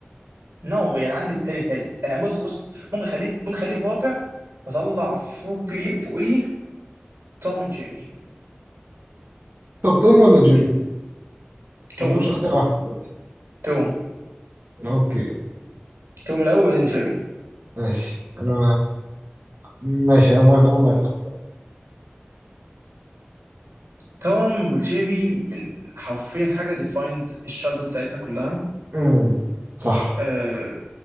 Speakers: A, on the right; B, on the right.
A: نو واي انا عندي التاني تالت آه بص بص ممكن خليه ممكن خليه رابع واطلع فوق في فوقيه توم اند جيري
B: طب توم ولا جيري؟
A: توم
B: ما بنقولش اختيار واحد دلوقتي
A: توم
B: اوكي
A: توم الاول بعدين جيري
B: ماشي انا ماشي انا موافق انا موافق
A: توم وجيري من حرفيا حاجه ديفايند الشالدهود بتاعتنا كلها
B: أمم، صح
A: آه